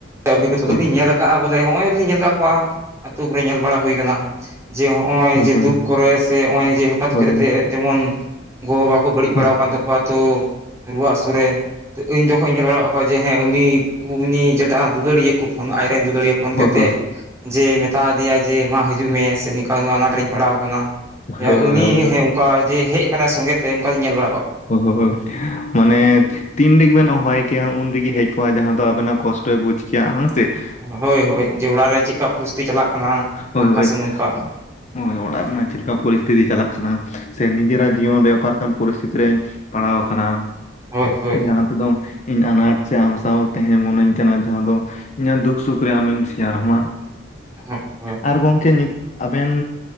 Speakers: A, on the right; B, on the left.
A: ᱚᱵᱷᱤᱜᱽᱜᱚᱛᱟ
B: ᱦᱳᱭ
A: ᱫᱚᱞᱤᱧ ᱧᱮᱞ ᱠᱟᱜᱼᱟ ᱵᱚᱞᱮ ᱦᱚᱸᱜ ᱚᱭ ᱞᱤᱧ ᱧᱮᱞ ᱠᱟᱜ ᱠᱚᱣᱟ, ᱟᱛᱩ ᱠᱚᱨᱮ ᱧᱮᱞ ᱵᱟᱲᱟ ᱦᱩᱭᱼᱼ <unintelligible> ᱡᱮ ᱦᱚᱸᱜᱼᱚᱭ
B: ᱦᱳᱭ
A: ᱡᱮ
B: ᱦᱳᱭ ᱦᱳᱭ
A: ᱫᱩᱠ ᱠᱚᱨᱮ ᱥᱮ ᱦᱚᱸᱜᱼᱚᱭ ᱡᱮ ᱦᱚᱴᱟᱛ
B: ᱦᱳᱭ
A: ᱠᱚᱨᱮᱛᱮ
B: ᱦᱳᱭ
A: ᱡᱮᱢᱚᱱᱼᱼ ᱜᱚ ᱵᱟᱵᱟ ᱠᱚ ᱵᱟᱹᱲᱤᱡ
B: ᱦᱳᱭ
A: ᱵᱟᱲᱟᱣ ᱠᱟᱱ ᱛᱟᱠᱚ ᱾ ᱣᱟ ᱛᱚ, ᱨᱩᱣᱟᱹ ᱦᱟᱥᱩ ᱨᱮ, ᱤᱧ ᱡᱚᱠᱷᱚᱡ ᱤᱧ ᱧᱮᱞ ᱵᱟᱲᱟᱣ ᱠᱚᱣᱟ ᱡᱮ ᱦᱮᱸ ᱩᱱᱤ, ᱠᱩᱨᱱᱤ ᱡᱟᱹᱼᱼ ᱡᱟᱸᱦᱟ ᱫᱩᱞᱟᱹᱲᱤᱭᱟᱹ ᱠᱚ ᱯᱷᱳᱱ ᱟᱡᱨᱮᱱ ᱫᱩᱞᱟᱹᱲᱤᱭᱟᱹ ᱯᱷᱳᱱ
B: ᱦᱳᱭ
A: ᱠᱟᱛᱮᱜ,
B: ᱦᱳᱭ ᱦᱳᱭ
A: ᱡᱮ ᱢᱮᱛᱟ ᱫᱮᱭᱟᱭᱼᱼ ᱡᱮ ᱢᱟ ᱦᱤᱡᱩᱜ ᱢᱮ, ᱥᱮ ᱱᱤᱝᱠᱟ ᱱᱚᱣᱟ ᱟᱱᱟᱴ ᱨᱮᱧ ᱯᱟᱲᱟᱣ ᱠᱟᱱᱟ ᱾ ᱦᱮ
B: ᱦᱳᱭ ᱦᱳᱭ ᱦᱳᱭ
A: ᱩᱱᱤ
B: ᱦᱳᱭ ᱦᱳᱭ ᱦᱳᱭ ᱦᱳᱭ ᱦᱳᱭ
A: ᱦᱮᱸ ᱚᱱᱠᱟ ᱡᱮ ᱦᱮᱡ ᱠᱟᱱᱟᱭ ᱥᱚᱸᱜᱮᱛᱮ ᱚᱱᱠᱟᱞᱤᱧ ᱧᱮᱞ ᱵᱟᱲᱟᱣ ᱠᱟᱜᱼᱼ
B: ᱦᱳ ᱦᱳᱭ ᱢᱟᱱᱮ <unintelligible> ᱛᱤᱱ ᱨᱮᱜᱤ ᱵᱮᱱ ᱦᱚᱦᱚᱣᱟᱭ ᱠᱮᱭᱟ ᱩᱱ ᱨᱮᱜᱤ ᱦᱮᱡ ᱠᱚᱜᱼᱟᱭ ᱡᱟᱸᱦᱟ ᱫᱚ ᱟᱵᱮᱱᱟᱜ ᱠᱚᱥᱴᱚᱭ ᱵᱩᱡᱽ ᱠᱮᱭᱟ ᱦᱩᱸ ᱥᱮ ᱾
A: ᱦᱳᱭ ᱦᱳᱭ ᱡᱮ ᱚᱲᱟᱜ ᱨᱮ ᱪᱮᱫᱠᱟ ᱯᱚᱨᱤᱥᱛᱤ ᱪᱟᱞᱟᱜᱼᱼ
B: ᱦᱳᱭ
A: ᱦᱟᱱᱠᱟ
B: ᱦᱳᱭ
A: ᱥᱮ ᱱᱚᱝᱠᱟᱼᱼ
B: ᱦᱳᱭ ᱚᱲᱟᱜ ᱨᱮᱱᱟᱜ ᱪᱮᱫᱠᱟ ᱯᱚᱨᱤᱥᱛᱷᱤᱛᱤ ᱪᱟᱞᱟᱜ ᱠᱟᱱᱟ, ᱥᱮ ᱱᱤᱡᱮᱨᱟᱜ ᱡᱤᱭᱚᱱ ᱨᱮ ᱚᱠᱟ ᱞᱮᱠᱟᱱ ᱯᱚᱨᱤᱥᱛᱷᱤᱛᱤ ᱨᱮᱧᱼᱼ ᱯᱟᱲᱟᱣ ᱟᱠᱟᱱᱟ,
A: ᱦᱳᱭ ᱦᱳᱭ
B: ᱡᱟᱸᱦᱟ ᱛᱮᱫᱚᱼᱼ ᱤᱧ ᱟᱱᱟᱴ ᱥᱮ ᱟᱢ ᱥᱟᱶ ᱛᱟᱸᱦᱮ ᱢᱚᱱᱟᱹᱧ ᱠᱟᱱᱟ ᱡᱟᱸᱦᱟ ᱫᱚ, ᱤᱧᱟᱹᱜ ᱫᱩᱠ ᱥᱩᱠ ᱨᱮ ᱟᱢᱮᱧ ᱥᱮᱭᱟᱨᱟᱢᱟ ᱾
A: ᱚᱸᱦᱚᱸᱜ <unintelligible>
B: ᱟᱨ ᱜᱚᱢᱠᱮ ᱱᱤᱛ ᱟᱵᱮᱱ,